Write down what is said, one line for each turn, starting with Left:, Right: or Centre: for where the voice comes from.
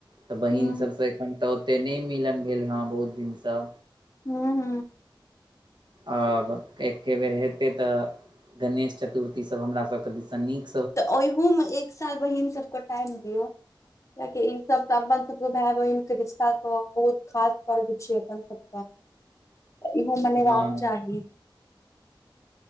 Right: तऽ बहिन
Left: हूँ
Right: सभसँ एखन तऽ ओते नहि मिलन भेल हे बहुत दिनसँ
Left: हू हू
Right: आब एके बेर हेतै तऽ गणेश चतुर्थीसभ हमरासभके दिसँ नीक
Left: तऽ ओहियो में एक साल बहिन सबके टाइम दियौ कियाकि ई सब तऽ अपन सबके भाय बहिनक के रिश्ता क बहुत खास पर्व छीयै अपन सबके इहो मेनेबाक
Right: हँ
Left: चाही